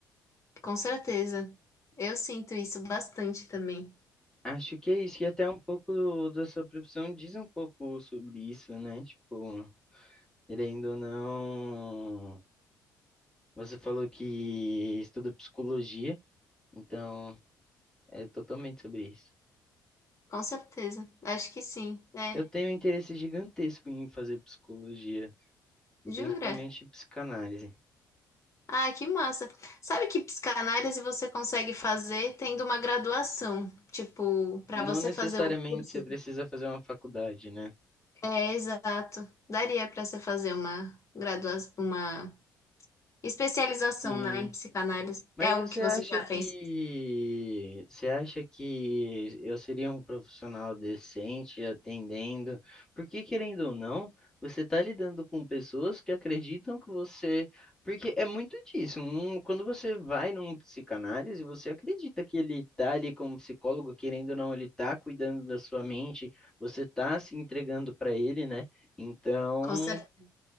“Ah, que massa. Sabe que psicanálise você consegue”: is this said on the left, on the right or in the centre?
Left